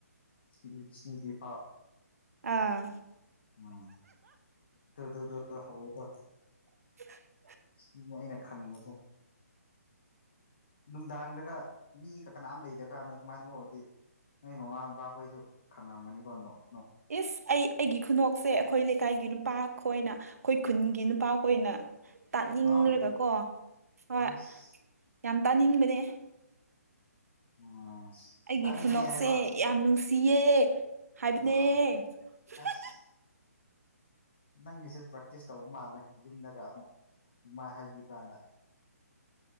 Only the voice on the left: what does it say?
ꯁꯤ ꯑ ꯁꯤꯗ꯭ꯔꯤꯐꯥꯎ
<unintelligible> ꯇꯣ ꯇꯣ ꯗꯣ ꯗꯣ ꯍꯧꯔꯦꯇꯣ
ꯁꯤꯅꯦ ꯑꯩꯅ ꯈꯪꯕꯁꯦ ꯅꯨꯡꯗꯥꯡꯗꯒ ꯃꯤꯀꯥ ꯀꯅꯥꯝ ꯂꯩꯇꯕ ꯀꯥꯟꯗ ꯑꯗꯨꯃꯥꯏ ꯅꯣꯛꯑꯗꯤ ꯅꯣꯏ ꯃꯃꯥ ꯕꯥꯕꯥꯈꯣꯏꯁꯨ ꯈꯪꯔꯝꯒꯅꯤꯀꯣ ꯅꯣꯛ__
ꯉꯥꯎꯔꯤꯕ
ꯑꯁ
<unintelligible>
ꯍꯥꯏꯕ
ꯑꯥ
ꯑꯁ ꯅꯪꯒꯤꯁꯦ ꯄ꯭ꯔꯦꯛꯇꯤꯁ ꯇꯧꯕ ꯃꯥꯜꯂꯦ ꯌꯨꯝꯗꯒ ꯑꯃꯨꯛ ꯑꯃꯥꯏ ꯍꯥꯏꯕꯤꯕ꯭ꯔꯥꯅ